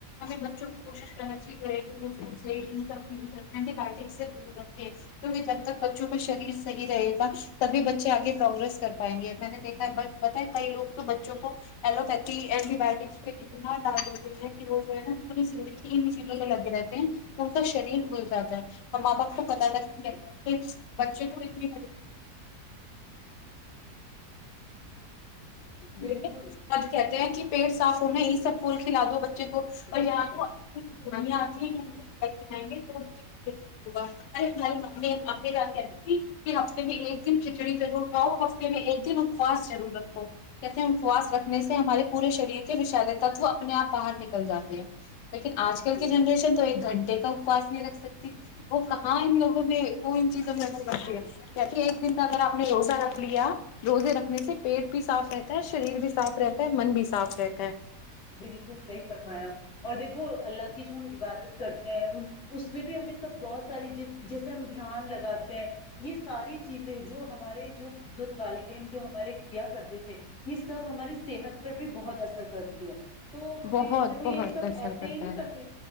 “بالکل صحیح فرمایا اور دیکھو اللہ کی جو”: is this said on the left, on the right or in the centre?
Left